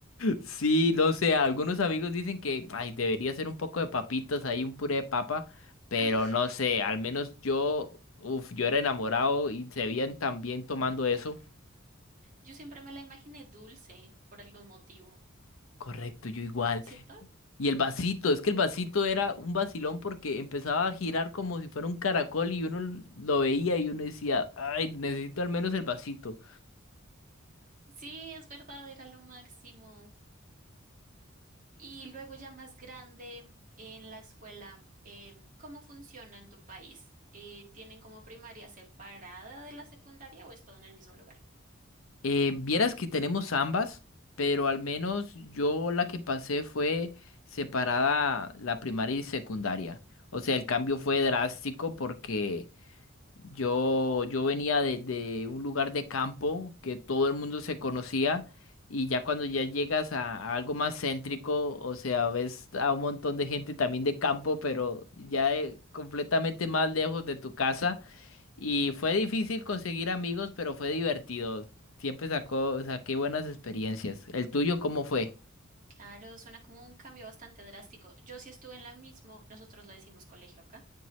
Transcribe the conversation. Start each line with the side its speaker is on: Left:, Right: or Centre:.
Left: Sí, no sé, algunos amigos dicen que ay, debería ser un poco de papitas, ahí un puré de papa, pero
Right: Ah,
Left: no sé, al menos yo, uf, yo era enamorado y se veían tan bien tomando eso.
Right: yo siempre me la imaginé dulce por algún motivo,
Left: Correcto, yo igual.
Right: ¿cierto?
Left: Y el vasito, es que el vasito era un vacilón porque empezaba a girar como si fuera un caracol y uno l- lo veía y uno decía, ay, necesito al menos el vasito.
Right: Sí, es verdad, era lo máximo. Y luego ya más grande en la escuela, em, ¿cómo funciona en tu país? Eh, ¿tienen como primaria separada de la secundaria o es todo en el mismo lugar?
Left: Eh, vieras que tenemos ambas, pero al menos yo la que pasé fue separada la primaria y secundaria. O sea, el cambio fue drástico porque Yo, yo venía de, de un lugar de campo que todo el mundo se conocía y ya cuando ya llegas a, a algo más céntrico, o sea, ves a un montón de gente también de campo, pero ya eh, completamente más lejos de tu casa y fue difícil conseguir amigos, pero fue divertido. Siempre sacó, saqué buenas experiencias. ¿El tuyo cómo fue?
Right: Claro, suena como un cambio bastante drástico. Yo sí estuve en la misma, nosotros le decimos colegio acá,